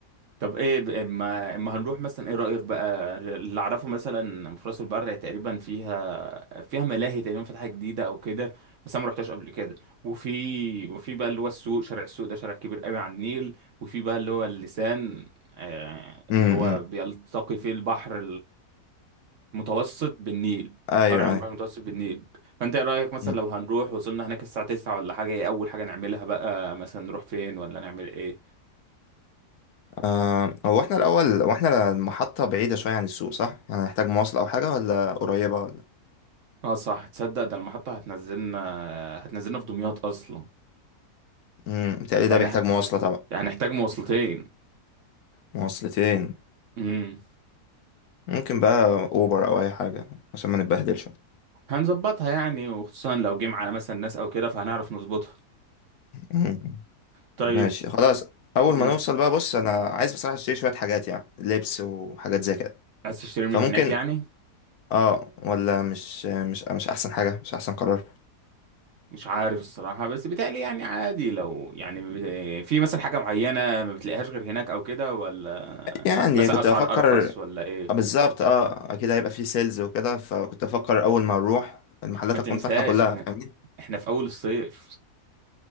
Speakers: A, on the right; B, on the left.
A: طب ايه ب- اما اما هنروح مثلا ايه رأيك بقى اللي اعرفه مثلا في راس البر تقريبا فيها فيها ملاهي تقريبا فاتحة جديدة او كده بس انا ما رحتهاش قبل كده وفي وفي بقى اللي هو السوق شارع السوق ده شارع كبير قوي على النيل وفي بقى اللي هو اللسان آه،
B: امم
A: اللي هو بيلتقي فيه البحر المتوسط بالنيل
B: ايوه
A: فرع من البحر
B: ايوه
A: المتوسط بالنيل فانت ايه رأيك مثلا
B: أمم.
A: لو هنروح وصلنا هناك الساعة 9 ولا حاجة ايه اول حاجة نعملها بقى مثلا نروح فين ولا نعمل ايه
B: آه هو احنا الاول هو احنا المحطه بعيده شويه عن السوق صح يعني هنحتاج مواصله او حاجه ولا قريبه ولا
A: اه صح تصدق ده المحطة هتنزلنا هتنزلنا في دمياط أصلا
B: امم بتهيألي ده
A: يعني
B: بيحتاج
A: ه-
B: مواصله طبعا
A: يعني هنحتاج مواصلتين
B: مواصلتين
A: امم
B: ممكن بقى اوبر او اي حاجه عشان ما نتبهدلش <laughs>
A: هنظبطها يعني وخصوصا لو جيم على مثلا ناس أو كده فهنعرف نظبطها
B: مم.
A: طيب
B: ماشي خلاص اول ما
A: امم
B: نوصل بقى بص انا عايز بصراحه اشتري شويه حاجات يعني لبس وحاجات زي كده
A: عايز تشتري من
B: فممكن
A: هناك يعني
B: اه ولا مش مش مش احسن حاجه مش احسن قرار
A: مش عارف الصراحة بس بيتهيألي يعني عادي لو يعني ب- في مثلا حاجة معينة ما بتلاقيهاش غير هناك أو كده ولا
B: يعني
A: مثلا
B: كنت
A: أسعار
B: بفكر
A: أرخص ولا إيه
B: آه، بالظبط اه اكيد هيبقى فيه سيلز وكده فكنت بفكر اول ما نروح المحلات
A: ما تنساش
B: هتكون فاتحه كلها
A: إحنا
B: فاهمني
A: إحنا في أول الصيف